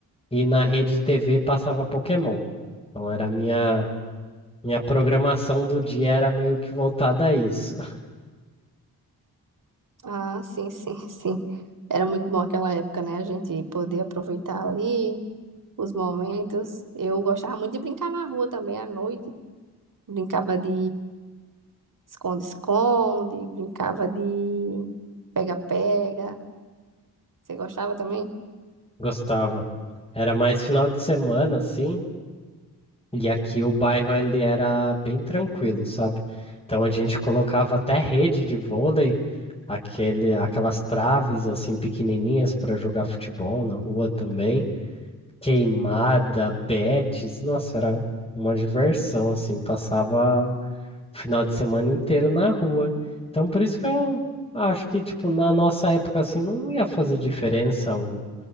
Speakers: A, on the left (about 15°); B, on the right (about 55°).
A: e na Rede TV passava Pokémon. Então era a minha, minha programação do dia era meio que voltada a isso.
B: Ah, sim, sim, <laughs> sim. Era muito bom aquela época, né? A gente poder aproveitar ali os momentos. Eu gostava muito de brincar na rua também à noite. Brincava de Esconde-esconde, brincava de pega-pega. Você gostava também?
A: <laughs> Gostava. Era mais final de semana, assim, E aqui o bairro ele era bem tranquilo, sabe? Então a gente colocava até rede de vôlei, aquele, aquelas traves assim pequenininhas para jogar futebol na rua também, queimada, betes, nossa, era uma diversão assim, passava o final de semana inteiro na rua. Então por isso que eu acho que tipo na nossa época assim não ia fazer diferença o,